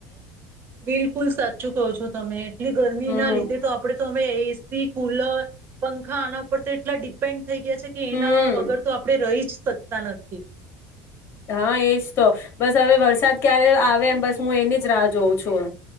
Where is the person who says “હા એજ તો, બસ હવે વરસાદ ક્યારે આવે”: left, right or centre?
Left